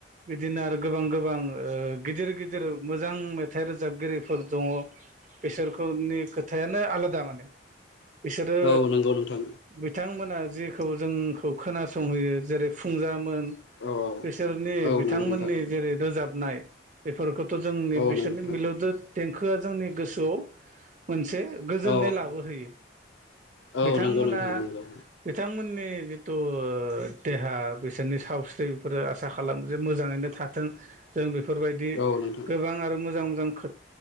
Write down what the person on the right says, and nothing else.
बिदिनो आरो गोबां गोबां गिदिर गिदिर मोजां मेथाइ रोजाबगिरिफोर दङ। बेसोरखौनि खोथायानो आलादा माने। बिसोरो
बिथांमोन जेखौ जोंखौ खोनासंहोयो जेरै फुंजामोन
बिसोरनि
बिथांमोननि
जेरै रोजाबनाय बेफोरखौ थ जोंनि
बिसोरनि
मिलौदो देंखोआ जोंनि गोसोआव मोनसे गोजोननाय
लाबोहोयो।
बिथांमोना
बिथांमोननि नि जिथु देहा बिसोरनि सावस्रि बेफोरो आसा खालामो जे मोजाङैनो थाथों। जों बेफोरबायदि
गोबां आरो मोजां खो